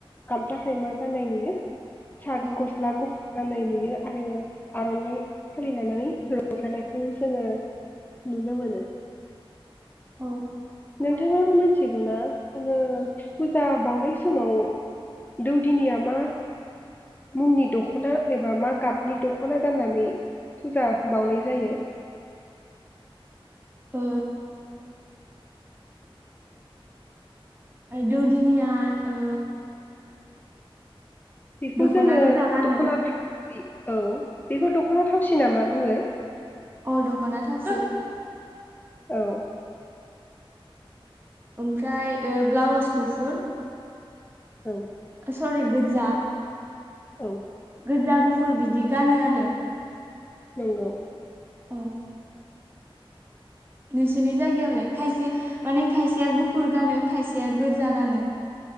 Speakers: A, on the left (about 20°); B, on the right (about 25°).
A: गामसा खायमा गानाय नुयो साद
B: औ
A: गसला गुफु गाननाय नुयो आरो आर'नाइ फोर लानानै रंजानायखौ जोङो नुनो मोनो
B: ओ
A: नोंथाङाबो मिथिगौ ना जोङो फुजा बाउनाय समाव दौदिनिया मा मुंनि दख' खना एबा मा गाब नि दख'ना गाननानै फुजा बावनाय जायो
B: ओ दौदिनिया ओ
A: बेखौ
B: दख'ना
A: जोङो
B: गोजा गानो
A: दख'ना थावसि औ बेखौ दख'ना थावसि नामा बुङो
B: अ दख'ना थावसि
A: औ
B: ओमफ्राय ओ ब्लाउस गुफुर
A: औ
B: सरि गोजा
A: औ
B: गोजा गुफुर बिदि गानो आरो
A: नंगौ
B: औ नोंसोरनि जायगायावलाय खायसे माने खायसेया गुफुर गानो खायसेया गोजा गानो